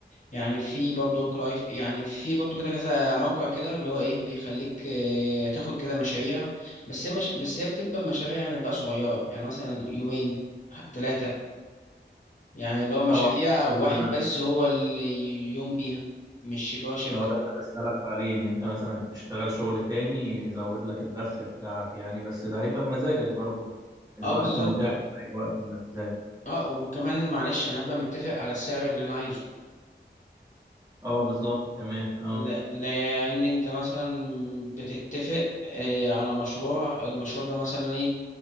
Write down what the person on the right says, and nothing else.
اه
ده اللي انا
اه ده اللي بسألك عليه ان انت مثلا تشتغل شغل تاني يزود لك الدخل بتاعك يعني بس ده هيبقى بمزاجك برضه الوقت
متاح في اي وقت بمزاجك
اه بالظبط كمان اه